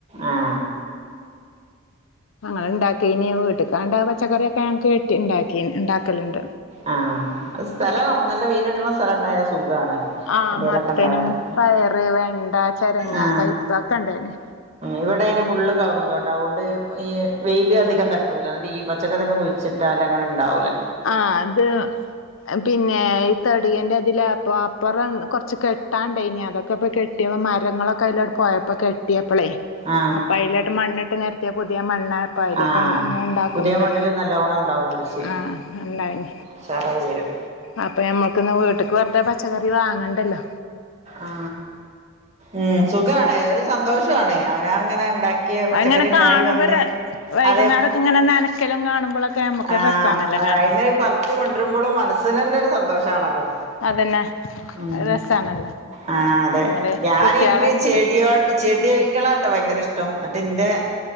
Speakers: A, on the right; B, on the left.
A: ആ
B: അങ്ങനെ ഇണ്ടാക്കി ഇനി വീട്ടക്കാണ്ട പച്ചക്കറിയൊക്കെ ഞങ്ങ്ക്കിട്ടി ഒണ്ടാക്കി ഒണ്ടാക്കലുണ്ട്
A: ആ സ്ഥലം നല്ല വെയിലിട്ടണ സ്ഥലം ഉണ്ടായാ സുഖാണ്
B: ആ
A: എന്തേലൊക്കെ
B: മത്തനും
A: ഉണ്ടാക്കാം
B: പയറ് വെണ്ട ചരങ്ങ
A: ആ
B: കൈപ്പക ഒക്കെ ഇണ്ടന്നെ
A: ഇവിടെ അതിന് ഫുള്ള് കവ്ങ്ങും തോട്ടാ അതുകൊണ്ട് ഈ വെയില് അധികം തട്ട് ട്ടുല എന്നിട്ട് ഈ പച്ചക്കറി ഒന്നും കുഴിച്ചിട്ടാല് അങ്ങനെ ഉണ്ടാവൂല
B: ആ അത് പിന്നെ ഈ തടിയൻറെ അതില അപ്പൊ അപ്പുറം കൊറച്ച് കെട്ടാണ്ട് ഇനി അതൊക്കെ ഇപ്പ കെട്ടിയപ്പോ മരങ്ങളൊക്കെ അതിലോട് പോയപ്പോ കെട്ടിയപ്പ അപ്പ്ളെ
A: ആ
B: അപ്പം അയ്ലോട്ട് മണ്ണിട്ട് നിർത്തിയ പുതിയ മണ്ണായപ്പൊ അയ്ലേക്ക്
A: ആ
B: അങ്ങനെ ഉണ്ടാക്കുമ്പോൾ
A: പുതിയ മണ്ണില് നല്ലോണം ഉണ്ടാവും കൃഷി
B: ആ ണ്ടായി
A: ഉഷാറായി വരും
B: അപ്പൊ നമ്മക്ക്ന്ന് വീട്ട്ക്ക് വെറുതെ പച്ചക്കറി വാ ആ അങ്ങണ്ടല്ലോ
A: ആ ഉം സുഖണ ഒരു സന്തോഷണ് അ ഞാങ്ങനെ ഇണ്ടാക്കി പച്ചക്കറി
B: അതിങ്ങനെ
A: ഇണ്ടായി
B: കാണുമ്പോ
A: വന്ന്
B: ര വൈകുന്നേരൊക്കെ
A: അതെ
B: ഇങ്ങനെ നനക്കലും കാണുമ്പോഴൊക്കെ നമുക്ക്
A: ആ
B: രസാണല്ലോ കാണാൻ
A: അയിന്ന് പറിച്ചു കൊണ്ടിരുമ്പോഴും മനസ്സിന് തന്നെ ഒരു സന്തോഷമാണല്ലോ
B: അതന്നെ
A: ഉ
B: രസാണല്ലോ
A: ആ അതെ
B: നമ്മള്
A: ഞാൻ
B: കുട്ടികളെ
A: ഇൻക്ക് ചെടിയോ ചെടികള ട്ട ഭയങ്കര ഇഷ്ടം എന്നിട്ട് ഇൻ്റെ